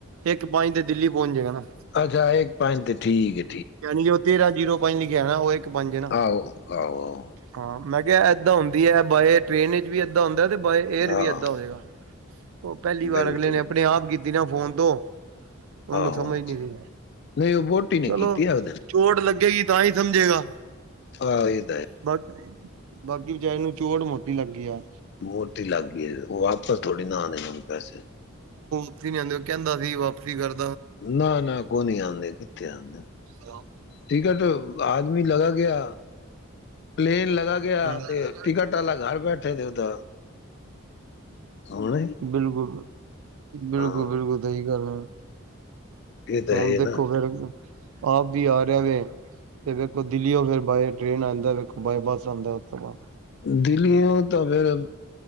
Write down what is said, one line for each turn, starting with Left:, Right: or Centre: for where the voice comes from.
Right: ਇੱਕ ਪੰਜ ਦਿਨ ਦਿੱਲੀ ਪਹੁੰਚ ਜੇ ਗਾ ਨਾ
Left: ਅੱਛਾ ਇੱਕ ਪੰਜ ਤੇ ਠੀਕ ਏ।
Right: ਜਾਣੀ ਉਹ ਤੇਰਾਂ ਜੀਰੋ ਪਾ ਨਾ ਉਹ ਪੰਜ ਹੈ ਨਾ।
Left: ਆਹੋ, ਆਹੋ ਆਹੋ।
Right: ਹਾਂ ਮੈਂ ਕਿਹਾ ਏਦਾਂ ਹੁੰਦੀ ਏ। ਬਾਏ ਟ੍ਰੇਨ ਵਿੱਚ ਵੀ ਏਦਾਂ ਹੁੰਦਾ, ਤੇ ਬਾਏ ਏਅਰ ਵੀ
Left: ਆਹ
Right: ਏਦਾਂ ਹੋਏਗਾ। ਉਹ ਪਹਿਲੀ
Left: ਬਿਲਕੁਲ
Right: ਵਾਰ ਅਗਲੇ ਨੇ ਆਪਣੇ ਆਪ ਬਿਨਾਂ ਫੋਨ ਤੋਂ ਉਹਨੂੰ
Left: ਆਹੋ,
Right: ਸਮਝ ਨੀ ਸੀ
Left: ਨਹੀਂ ਉਹ ਵਹੁਟੀ ਨੇ
Right: ਚਲੋ
Left: ਕੀਤੀ ਆ। ਉਹਦੇ
Right: ਚੋਟ ਲੱਗੇਗੀ ਤਾਂ ਹੀ ਸਮਝੇਗਾ
Left: ਹਾਂ, ਇਹਦਾ
Right: ਬਾਕੀ ਬਾਕੀ ਵਿਚਾਰੇ ਨੂੰ ਚੋਟ ਮੋਟੀ ਲੱਗੀ ਆ।
Left: ਮੂਰਤੀ ਲੱਗ ਗਈ, ਉਹ ਵਾਪਸ ਥੋੜੀ ਨਾ ਆਣੇ ਹੁਣ ਪੈਸੇ।
Right: ਨਹੀਂ ਉਹ ਕਹਿੰਦਾ ਸੀ ਵਾਪਸੀ ਕਰ
Left: ਨਾ ਨਾ ਕੋ ਨੀ ਆਉਂਦੇ, ਕਿੱਥੇ ਆਉਂਦੇ।
Right: <unintelligible>
Left: ਟਿਕਟ ਆਦਮੀ ਲਗਾ ਗਿਆ, ਪਲੇਨ ਲ ਚਲਾ ਗਿਆ
Right: ਬਿਲਕੁਲ
Left: ਤੇ ਟਿਕਟ ਵਾਲਾ ਘਰ ਬੈਠ ਇਹ ਤੇ ਉਹਦਾ ਹੁਣ
Right: ਬਿਲਕੁਲ, ਬਿਲਕੁਲ,
Left: ਹਾਂ
Right: ਬਿਲਕੁਲ ਸਹੀ ਗੱਲ ਆ।
Left: ਇਹ ਤਾਂ
Right: ਹੁਣ
Left: ਹੈ
Right: ਦੇਖੋ
Left: ਨਾ
Right: ਫੇਰ ਆਪ ਵੀ ਆ ਰਿਹਾ ਵੇ ਤੇ ਵੇਖੋ ਦਿੱਲੀ ਹੋ ਫਿਰ ਬਾਏ ਟ੍ਰੇਨ ਆਉਂਦਾ। ਬਾਏ ਬੱਸ ਆਉਂਦਾ ਉਸ ਤੋਂ ਬਾਅਦ
Left: ਦਿੱਲੀ ਉਹ ਤਾਂ ਫੇਰ